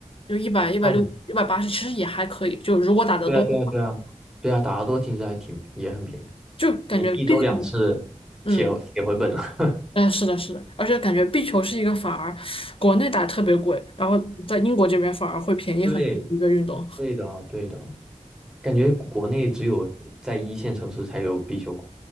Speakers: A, on the left; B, in the centre.
A: 就一百一百六一百八十其实也还可以。
B: 按，
A: 就如果打得多的话，
B: 对啊，对啊，对啊，对啊，打得多其实还挺也很便宜，
A: 就感觉壁球，
B: 你一周两次铁铁回本了。
A: 嗯，
B: <laughs>
A: 嗯，是的，是的，而且感觉壁球是一个反而国内打特别贵，然后在英国这边反而会便宜很多的一个运动。
B: 对，对的，对的。感觉国国内只有在一线城市才有壁球馆。